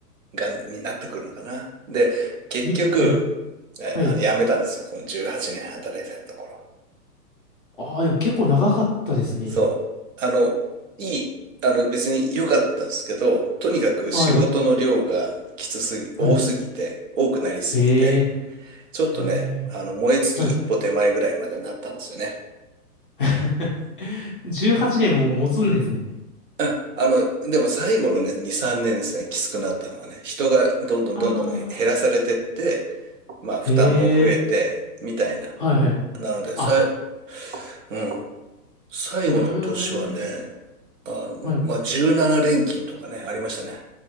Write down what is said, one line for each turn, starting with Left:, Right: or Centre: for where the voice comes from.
Right: が、になってくるのかな。で、結局、
Left: に、はい、
Right: えーあの、
Left: はい。
Right: 辞めたんですよ。その18年働いてたところ。
Left: ああ、でも結構長かったですね。
Right: そう。あの、いい、あの、別に良かったんですけど、とにかく仕事の量がきつすぎ、
Left: はい、はい。
Right: 多すぎて、多くなりすぎて、
Left: えー、
Right: ちょっとね、
Left: え
Right: あの、燃え尽き一歩手前ぐらいまでなったんですよね。
Left: ー、はい。<laughs> 18年も持つんですね。
Right: あ、あの、でも最後のね、2、3年ですね、きつくなったのはね、人がどんどんどんどんね減らされてって、
Left: あ
Right: まあ負担も増えて、
Left: あ。へえ。
Right: みたいな。
Left: はいはい。
Right: なので、
Left: あ、
Right: さい、うん、最後の年はね、
Left: うーん。
Right: あの、
Left: はい。
Right: まあ17連勤とかね、ありましたね。